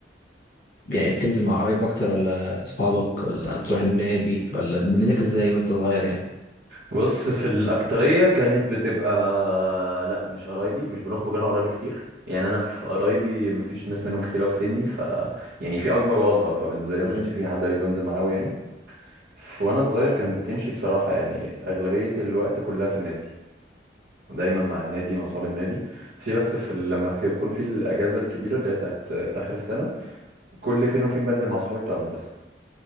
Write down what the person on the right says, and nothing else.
بص في الأكترية كانت بتبقى لا مش قرايبي مش بنخرج أنا وقرايبي كتير يعني أنا في قرايبي مفيش ناس منهم كتير أوي في سني ف يعني في أكبر وأصغر فبالنسبة لي ما
كانش في حد قريب بنزل معاه أوي يعني ف- وأنا صغير كانت بتمشي بصراحة يعني أغلبية الوقت كلها في النادي دايما مع النادي مع أصحاب النادي في بس في ال- لما تكون في الأجازة الكبيرة اللي هي بتاعت آخر السنة كل فين وفين بنزل مع صحابي بتوع المدرسة